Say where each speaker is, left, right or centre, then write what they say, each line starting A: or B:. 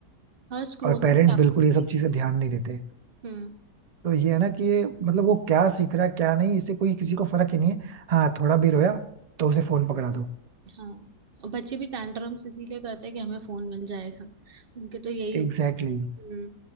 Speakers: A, on the right (about 45°); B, on the right (about 80°).
A: हर स्क्रोलिंग
B: और पेरेंट्स
A: पे आपको
B: बिल्कुल
A: दिखेगी
B: ये सब चीजें
A: वो।
B: ध्यान नहीं देते
A: हम्म
B: तो ये है ना कि ये मतलब वो क्या सीख रहा है क्या नहीं इससे कोई किसी को फर्क ही नहीं है हाँ थोड़ा भी रोया तो उसे फोन पकड़ा दो
A: हाँ और बच्चे भी टैंट्रम्स इसीलिए करते हैं कि हमें फोन मिल जाएगा उनके तो यही हो
B: Exactly exactly.
A: हम्म